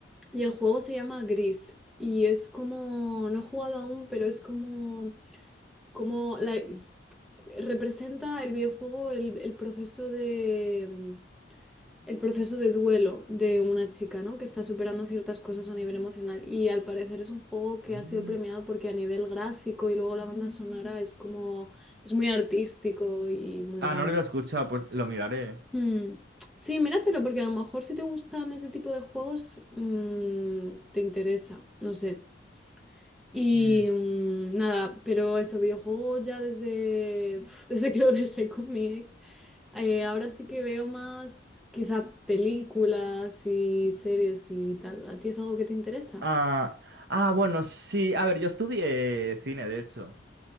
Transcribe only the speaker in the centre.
y el juego se llama Gris. Y es como, no he jugado aún, pero es como, como la- representa el videojuego el, el proceso de el proceso de duelo de una chica, ¿no? Que está superando ciertas cosas a nivel emocional. Y al parecer es un juego que
ha sido premiado porque a nivel gráfico y luego la banda sonora es como, es muy artístico y muy
guay.
Mm. Sí, míratelo, porque a lo mejor si te gustan ese tipo de juegos, mm, te interesa, no sé. Y
mm, nada, pero eso, videojuegos ya desde, <laughs> desde que lo dejé con mi ex. Eh, ahora sí que veo más quizá películas y series y tal. ¿A ti es algo que te interesa?